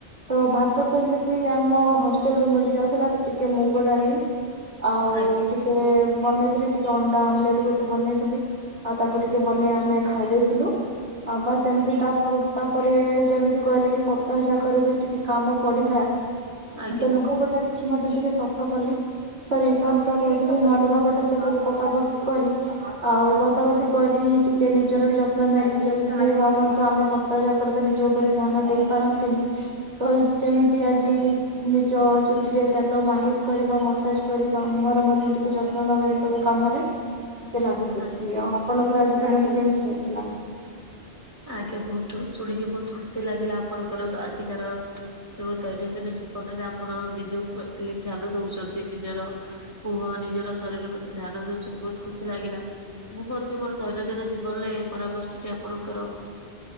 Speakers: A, on the right; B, on the right.
A: ତ ଭାତ ତ ଏମିତି ଆମ ହଷ୍ଟେଲରୁୁ ମିଳିଯାଉଥିଲା ତ ଟିକେ ମୁଗ ଡାଲି ଆଉ
B: ଆଜ୍ଞା
A: ଟିକେ ବନେଇଥିଲି ଟିକେ ଅଣ୍ଡା ଆମ୍ବେଲେଟ୍ ଗୋଟେ ବନେଇଥିଲି। ଆଉ ତାକୁ ଟିକେ ବନେଇ ଆମେ ଖାଇଦେଇଥିଲୁ ଆଉ ବାସ୍ ଏମିତି ତା ଉ ତାପରେ ଯେମିତି କହିଲେ କି ସପ୍ତାହ ଯାକରେ ବି ଟିକେ କାମ ପଡିଥା
B: ଆଜ୍ଞା।
A: ତ ଲୁଗାପଟା କିଛି ମଧ୍ୟ ଟିକେ ସଫା କଲି। ସରି କଣ ତ କହୁଥିଲି ହଁ ଲୁଗା ପଟା ସେ ସବୁ ପକା ପକି କରି। ଆଉ ବସା ବସି କରି ଟିକେ ନିଜର ବି ଯତ୍ନ ନେଲି ଯେମିତି ଭାବନ୍ତୁ ଆମେ ସଫ ତା ଯାକରେ ତ ନିଜ ଉପରେ ଧ୍ୟାନ ଦେଇ ପାରନ୍ତିନି ତ ଯେମିତି ଆଜି ନିଜ ଚୁଟିରେ ତେଲ ମାଲିସ କରିବା ମସାଜ କରିବା ମୁହଁର ମଧ୍ୟ ଟିକେ ଯତ୍ ତ୍ନ ଦେବା ଏ ସବୁ କାମରେ ଟିକେ ଲାଗି ପଡ଼ିଥିଲି।
B: ଆଜ୍ଞା
A: ଆଉ ଆପଣଙ୍କର ଆଜି ଦିନଟି କେମିତି ଯାଇଥିଲା?
B: ଆଜ୍ଞା ବହୁତ ଶୁଣିକି ବହୁତ ଖୁସି ଲାଗିଲା ଆପଣଙ୍କର ଆଜିକାର ଯୋଉ ଦୈନନ୍ଦିନ ଜୀବନରେ ଆପଣ ନିଜ ପ୍ରତି ଧ୍ୟାନ ଦଉଛନ୍ତି ନିଜର। ମୁୁହଁ ନିଜର ଶରୀର ପ୍ରତି ଧ୍ୟାନ ଦଉଛନ୍ତି ବହୁତ ଖୁସି ଲାଗିଲା। ମୁଁ ମଧ୍ୟ ମୋର ଦୈନନ୍ଦିନ ଜୀବନରେ ଏଇ ପରାମର୍ଶଟି ଆପଣଙ୍କର